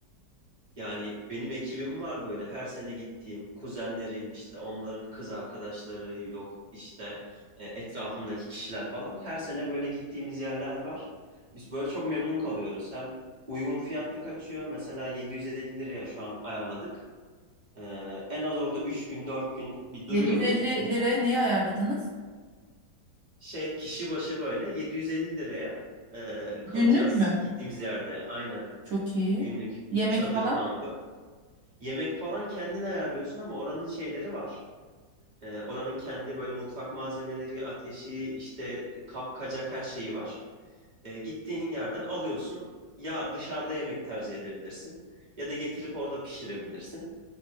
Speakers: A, on the right (about 40°); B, on the right (about 70°).
A: Yani benim ekibim var böyle her sene gittiğim kuzenlerim işte onların kız arkadaşları yok işte e, etrafındaki kişiler falan her sene böyle gittiğimiz yerler var. Biz böyle çok memnun kalıyoruz. Hem uygun fiyatlı kaçıyor mesela 750 liraya şu an ayarladık. E, en az orada 3 gün 4 gün bir duruyoruz.
B: 750 liraya neyi ayarladınız?
A: Şey kişi başı böyle 750 liraya e,
B: Günlük
A: kalacağız
B: mü?
A: gittiğimiz yerde aynen
B: Çok iyi.
A: günlük
B: Yemek
A: çadır
B: falan?
A: kampı. Yemek falan kendin ayarlıyorsun ama oranın şeyleri var. Ee, oranın kendi böyle mutfak malzemeleri, ateşi, işte kap, kacak her şeyi var. Ee, gittiğin yerden alıyorsun. Ya dışarıda yemek tercih edebilirsin ya da getirip orada pişirebilirsin.